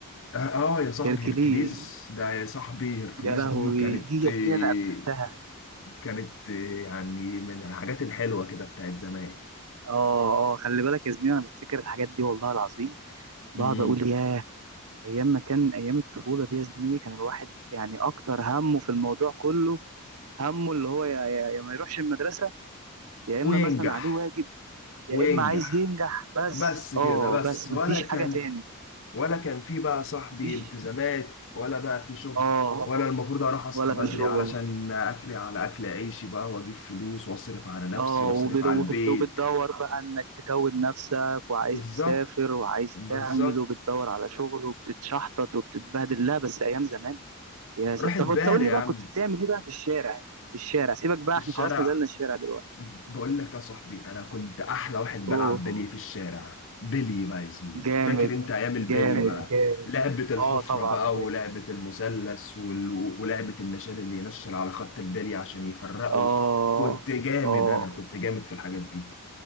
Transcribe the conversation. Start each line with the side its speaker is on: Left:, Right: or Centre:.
Left: اه آه يا صاحبي
Right: هيركليز
Left: هيركليز ده يا صاحبي هيركليز
Right: يا لهوي
Left: دي كانت
Right: دي يا
Left: آه،
Right: زميلي انا قفلتها
Left: كانت آه، يعني من الحاجات الحلوة كده بتاعت زمان
Right: اه اه خلي بالك يا زميلي انا بفتكر الحاجات دي والله العظيم بقعد
Left: امم
Right: اقول ياه ايام ما كان ايام الطفوله دي يا زميلي كان الواحد يعني اكتر همه في الموضوع كله همه اللي هو يا, يا, يا ما يروحش المدرسه يا
Left: وينجح
Right: اما مثلا عليه واجب يا
Left: وينجح
Right: اما عايز ينجح بس
Left: بس كده
Right: اه
Left: بس
Right: بس
Left: ولا
Right: مفيش
Left: كان
Right: حاجه تاني
Left: ولا كان في بقى صاحبي
Right: مفيش
Left: التزامات ولا بقى في شغل
Right: اه
Left: ولا المفروض اروح اصحى
Right: ولا
Left: بدري
Right: في شغل
Left: علشان اكلي على اكل عيشي بقى واجيب فلوس واصرف على نفسي
Right: اه
Left: واصرف
Right: وبت-
Left: على
Right: وبت-
Left: البيت
Right: وبتدور بقى انك تكون نفسك وعايز
Left: بالظبط
Right: تسافر وعايز
Left: بالظبط
Right: تعمل وبتدور على شغل وبتتشحطط وبتتبهدل لا بس ايام زمان يا س...
Left: راحت
Right: طب
Left: بالي
Right: انت قول لي
Left: يا
Right: بقى
Left: عم
Right: كنت بتعمل ايه بقى في الشارع في الشارع سيبك بقى
Left: في
Right: احنا
Left: الشارع
Right: خلاص نزلنا الشارع دلوقتي
Left: بقول لك يا صاحبي انا كنت احلى واحد
Right: اوه
Left: بلعب بلي في الشارع بلي بقى يا زميلي
Right: جامد
Left: فاكر انت ايام البلي
Right: جامد
Left: بقى
Right: جامد
Left: لعبة الحفرة
Right: اه طبعا
Left: بقى
Right: فاكر.
Left: ولعبة المثلث وال... ولعبة النشال اللي ينشل على خط البلي عشان يفرقه
Right: اه
Left: كنت جامد
Right: اه
Left: انا كنت جامد في الحاجات دي